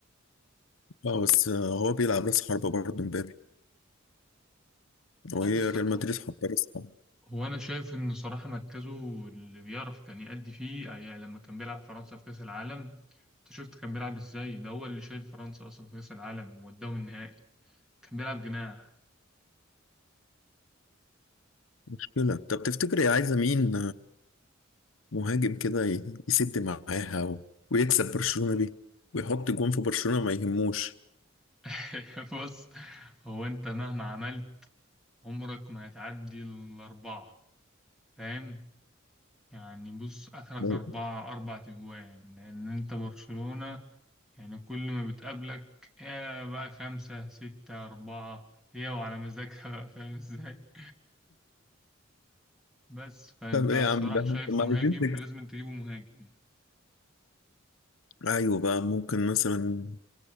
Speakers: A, on the left; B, in the centre.
A: اه بس هو بيلعب راس حربة برضه مبابي وهي
B: اه بس
A: ريال
B: هو
A: مدريد حاطة راس حربة
B: هو انا شايف ان صراحه مركزه اللي بيعرف كان يأدي فيه آه، يعني لما كان بيلعب فرنسا في كاس العالم انت شفت كان بيلعب ازاي ده هو اللي شايل فرنسا اصلا في كاس العالم وداه النهائي كان بيلعب جناح
A: مشكلة طب تفتكر هي عايزة مين مهاجم كده ي- يسد معاها و... ويكسب برشلونة بيه ويحط جون في برشلونة ما يهموش
B: <laughs> بص هو انت مهما عملت عمرك ما هتعدي الأربعة فاهم يعني بص آخرك
A: <laughs>
B: أربعة أربع تجوان لأن انت برشلونة يعني كل ما بتقابلك يا بقى خمسة ستة أربعة هي وعلى مزاجها بقى فاهم ازاي <laughs> بس فانت
A: طب ايه
B: صراحة
A: يا عم ده
B: شايف
A: طب ما
B: مهاجم
A: عايزين نكسب
B: لازم تجيبه مهاجم يعني
A: ايوه بقى ممكن مثلا